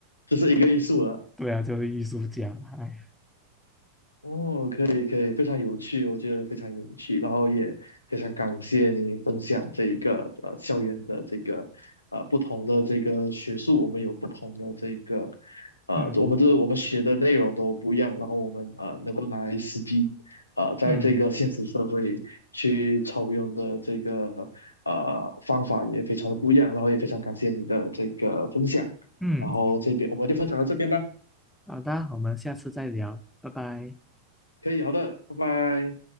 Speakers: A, on the left; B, in the centre.
A: 这是一个艺术了。
B: 对啊，就是艺术家嘛。哎，
A: 哦，可以可以，非常有趣，我觉得非常有趣，然后也非常感谢你分享这一个呃校园的这个呃不同的这个学术，我们有不同的这个呃，
B: 嗯
A: 我们这我们学的内容都不一样，然后我们呃能够拿来实际呃在这个现实社会去操用的这个呃方法也非常的不一样，
B: 嗯
A: 然后也非常感谢你的这个分享，
B: 嗯，
A: 然后这边我们就分享到这边吧，
B: 好的，我们下次再聊，拜拜。
A: 可以，好的，拜拜。